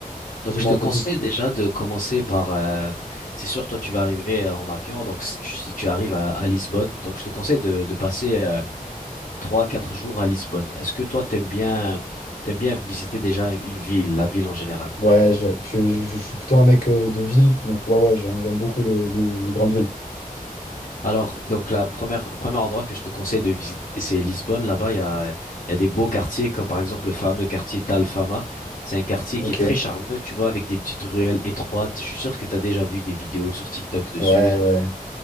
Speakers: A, on the left (about 65°); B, on the left (about 85°).
A: donc
B: Dis-moi
A: je te
B: un
A: conseille
B: peu tout.
A: déjà de commencer par. euh, c'est sûr toi tu vas arriver euh, en avion donc si tu, si tu arrives à, à Lisbonne donc je te conseille de, de passer euh, trois, quatre jours à Lisbonne. Est-ce que toi, t'aimes bien, t'aimes bien visiter déjà une ville, la ville en général?
B: Ouais, je, je- je- je suis plutôt un mec euh, de ville, donc ouais, ouais, j'aime j'aime beaucoup les, les- les grandes villes.
A: Alors, donc, la première, le premier endroit que je te conseille de visiter, c'est Lisbonne. Là-bas, il y a, il y a des beaux quartiers, comme par exemple le fameux quartier d'Alfama. C'est un quartier
B: Ok,
A: qui est très charmeux, tu vois, avec des petites ruelles étroites. Je suis sûr que tu as déjà vu des vidéos sur TikTok dessus.
B: ouais, ouais,